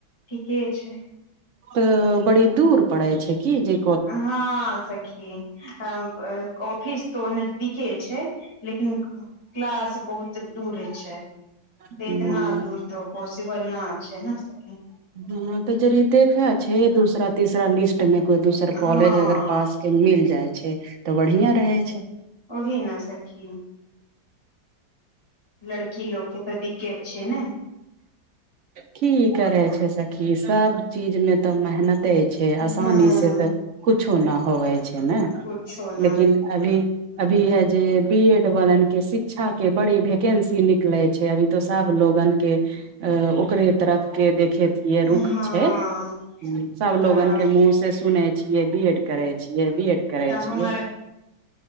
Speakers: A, on the left; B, on the right.
A: ठीके छैय।
B: त बड़ी दुर पड़े छै कि जै।
A: हँ सखी अब अ ऑफिस तो नजदिके छैय। लेकिन क क्लास बहुत दूरे छैय।
B: ह
A: ऐतना दुर त पॉसिबल ना छैय ना सखी।
B: ह तऽ जरी देखा छैय दूसरा, तीसरा लिस्ट। मे कोई दोसर कॉलेज
A: हँ
B: अगर पास के मिल जाय छैय तऽ बढ़िया रहे छैय।
A: ओहि न सखी। लड़की लोकके त दिक्केत छैय ने।
B: कि करै छैय सखी सब चीज में त मेहनत। ते छैयआसानी
A: हँ
B: से तऽ कुछे नैय होवै छैय ना।
A: पूछो न
B: लेकिन अभी अभी हे जैय बी एड वालन के शिक्षा के बड़ी भैकेंसी निकले छैय। अभी तो सब। लोगन के अ ओकरे तरफ के देखे। ये रूख
A: हँ
B: छैय, हूं। सब लोगन
A: तऽ
B: के मुह से सुने छियै बिएड। करै छियै, बी एड करै
A: तऽ
B: छियै।
A: हमर